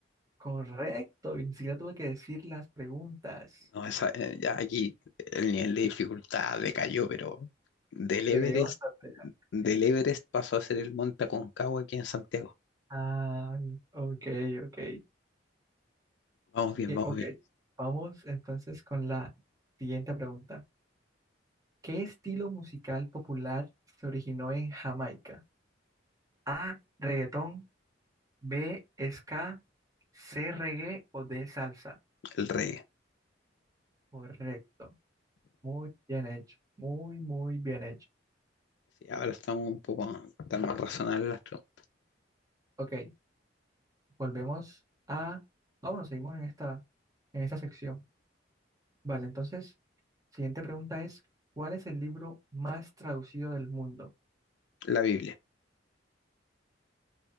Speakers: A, on the right (about 20°); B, on the left (about 70°).
A: Correcto, y ni siquiera tuve que decir las preguntas.
B: No, esa, eh, ya aquí el nivel de dificultad decayó, pero del Everest,
A: Te caí bastante.
B: del
A: ok.
B: Everest pasó a ser el Monte Aconcagua aquí en Santiago.
A: Ay, ok, ok.
B: Vamos bien,
A: Que-
B: vamos
A: Ok,
B: bien.
A: vamos entonces con la siguiente pregunta. ¿Qué estilo musical popular se originó en Jamaica? A, reggaetón, B, ska, C, reggae o D, salsa.
B: El reggae.
A: Correcto. Muy bien hecho. Muy, muy bien hecho.
B: Sí, ahora estamos un poco tan más razonables las preguntas.
A: Ok, volvemos a... Ah, bueno, seguimos en esta, en esta sección. Vale, entonces, siguiente pregunta es, ¿cuál es el libro más traducido del mundo?
B: La Biblia.